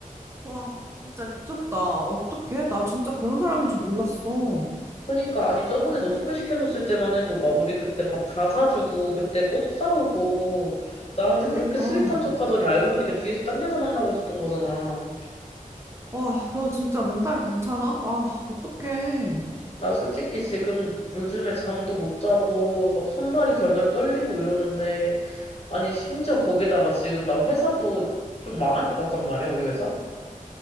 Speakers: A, on the right; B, on the left.
A: 와, 진짜 미쳤다. 어떡해? 나 진짜 그런 사람인 줄 몰랐어.
B: 그러니까, 아니, 저번에 너 소개시켜줬을 때만 해도 막 우리 그때 밥 다 사주고, 그때 꽃 사오고, 나한테
A: 그니까.
B: 그렇게 스윗한 척 하더니 알고 보니까 뒤에서 딴 여자 만나고 있었던 거잖아.
A: 와, 너 진짜 멘탈 괜찮아? 아, 어떡해.
B: 나 솔직히 지금 요즘에 잠도 못 자고, 막 손발이 덜덜 떨리고 이러는데, 아니, 심지어 거기다가 지금 나 회사도 좀 망할 것 같단 말이야, 우리 회사?